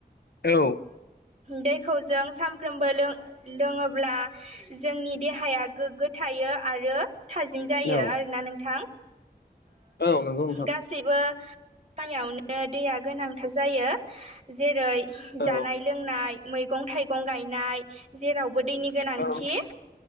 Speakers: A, on the left; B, on the right.
A: औ
B: दैखौ जों साम साफ्रोमबो लोङोब्ला जोंनि देहाया गोग्गो थायो आरो थाजिम जायो
A: औ
B: आरोना नोंथां
A: औ नंगौ नोंथां
B: गै गाससिबो खयावनो दैया गोनांथार जायो जेरै जानाय
A: औ
B: लोंनाय मैगं थाइगं गायनाय जेरावबो दैनि गोनांथि
A: औ